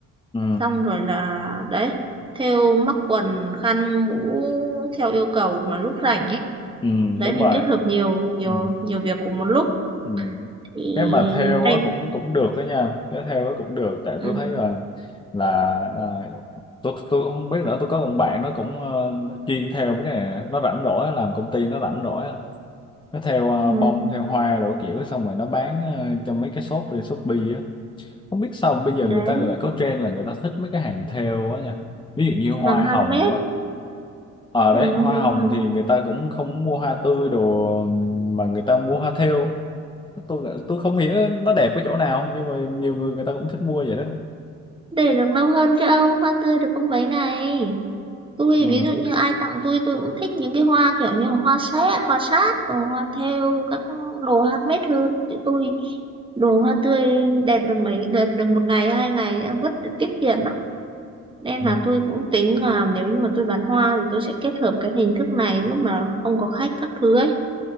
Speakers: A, on the left; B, on the right.
A: ừ
B: xong rồi là đấy thêu mắc quần khăn mũ theo yêu cầu mà lúc rảnh ấy
A: ừ,
B: đấy
A: đúng
B: mình
A: rồi
B: kết hợp nhiều nhiều
A: ừ,
B: nhiều việc cùng một lúc
A: ừ.
B: thì
A: cái mà theo
B: tranh
A: á cũng cũng được đó nha cái theo á cũng được tại
B: ừ.
A: tôi thấy là là à, tôi tôi cũng không biết nữa tôi có một bạn nó cũng ờ, chuyên theo mấy cái này nè. nó rảnh rỗi á, làm công ty nó rảnh rỗi á. nó theo ờ,
B: ừ.
A: bông theo hoa rồi kiểu xong rồi nó bán ờ, cho mấy cái shop trên Shopee á không biết sao bây giờ
B: đến
A: người ta lại có trend là người ta thích mấy cái hàng theo á nha ví dụ như hoa
B: hàng trăm
A: hồng
B: mét
A: á ờ
B: ừ.
A: đấy hoa
B: đúng
A: hồng
B: rồi
A: thì người ta cũng không mua hoa tươi đồ mà người ta mua hoa thêu tôi tôi không hiểu nó đẹp cái chỗ nào nhưng mà nhiều người người ta cũng thích mua vậy đó
B: để được lâu hơn chứ ông hoa tươi được có mấy ngày tôi
A: ừ
B: ví dụ như ai tặng tôi tôi cũng thích những cái hoa kiểu như là hoa sét hoa sát và hoa thêu các đồ handmade hơn chứ tôi đồ hoa tươi đẹp được mấy đẹp được một ngày hai ngày đã vứt để tiết kiệm lắm nên
A: ừ
B: là tôi cũng tính là nếu như mà tôi bán hoa thì tôi sẽ kết hợp cái hình thức này lúc mà không có khách các thứ ấy